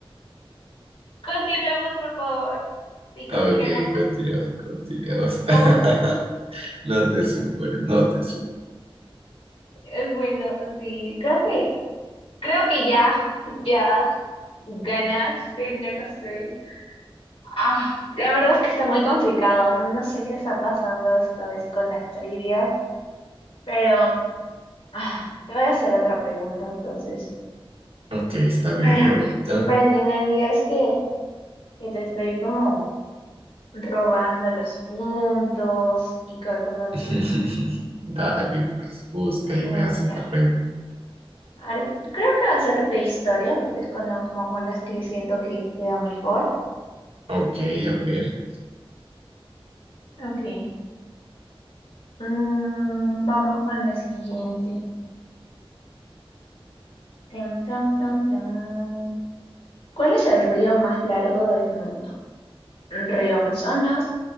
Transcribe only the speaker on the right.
Ok,
continuamos, continuamos. <laughs>
No te sulfures, no te sulfures.
Ok, está bien,
pregúntame.
<laughs> Dale, pues, busca y
me haces
la pregunta.
Ok, a ver.